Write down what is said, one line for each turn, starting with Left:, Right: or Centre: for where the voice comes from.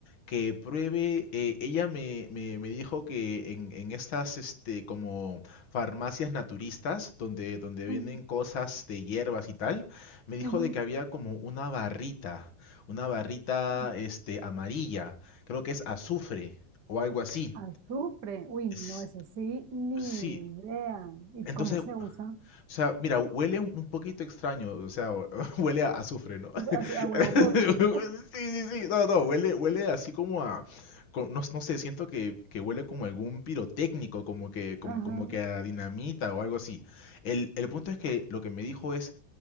Left: que pruebe, eh, ella me, me, me dijo que en, en estas este, como farmacias naturistas, donde, donde
Right: Ujú,
Left: venden cosas de hierbas y tal, me dijo
Right: ujú,
Left: de que había como una barrita una barrita,
Right: ujú.
Left: este, amarilla. Creo que es azufre o algo así.
Right: Azufre. Uy,
Left: S-
Right: no, eso sí, ni
Left: Sí,
Right: idea. ¿Y
Left: entonces,
Right: cómo
Left: o
Right: se usa?
Left: sea, mira, huele un un poquito extraño, o sea, o- <laughs> huele a azufre, ¿no?
Right: A, a huevo
Left: <laughs>
Right: podrido.
Left: Sí, sí, sí, no, no, huele, huele así como a, co- no, no sé, siento que, que huele como algún pirotécnico, como que, como,
Right: Ajá,
Left: como que a dinamita o algo así. El, el punto es que lo que me dijo es,